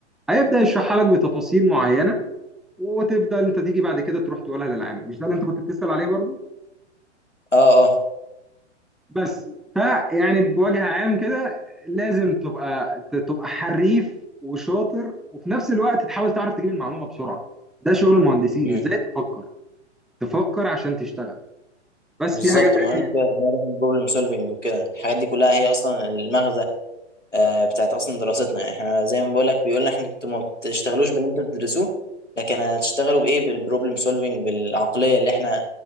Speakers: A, in the centre; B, on the left.
A: هيبدا يشرحها لك بتفاصيل معينه وتبدا انت تيجي بعد كده تروح تقولها للعامل مش ده اللي انت كنت بتسال عليه برضه
B: اه اه
A: بس فيعني بوجه عام كده لازم تبقى ت- تبقى حريف وشاطر وفي نفس الوقت تحاول تعرف تجيب المعلومه بسرعه ده شغل المهندسين
B: مم.
A: ازاي تفكر تفكر عشان تشتغل بس
B: بالظبط
A: في حاجه تانية
B: ما انا كده ما ده بروبلم سولفنج وكده الحاجات دي كلها هي اصلا المغزى آه، بتاعت اصلا دراستنا يعني احنا زي ما بقول لك بيقول لنا انتوا ما بتشتغلوش باللي انتوا بتدرسوه لكن هتشتغلوا بايه بالبروبلم سولفنج بالعقليه اللي احنا